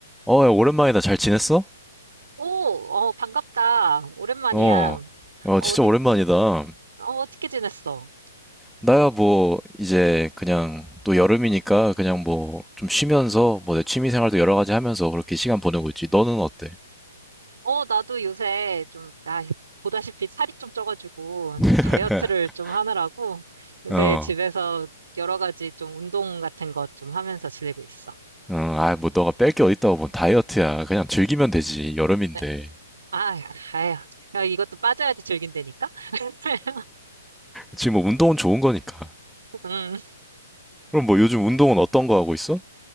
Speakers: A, in the centre; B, on the right (about 70°).
A: 어, 야, 오랜만이다. 잘 지냈어?
B: 오, 어, 반갑다. 오랜만이야.
A: 어, 어,
B: 어,
A: 진짜
B: 어떻게,
A: 오랜만이다.
B: 어, 어떻게 지냈어?
A: 나야 뭐, 이제 그냥 또 여름이니까 그냥 뭐 좀 쉬면서 뭐 내 취미 생활도 여러 가지 하면서 그렇게 시간 보내고 있지. 너는 어때?
B: 어, 나도 요새 좀, 아, 보다시피 살이 좀 쪄가지고
A: <laughs>
B: 다이어트를 좀 하느라고 요새
A: 어,
B: 집에서 여러 가지 좀 운동 같은 것 좀 하면서 지내고 있어.
A: 어, 아, 뭐 너가 뺄 게 어딨다고 뭐 다이어트야. 그냥 즐기면 되지. 여름인데.
B: 네. 아, 아휴. 야, 이것도 빠져야지 즐긴다니까? <laughs>
A: 지금 뭐 운동은 좋은 거니까.
B: 음.
A: 그럼 뭐 요즘 운동은 어떤 거 하고 있어?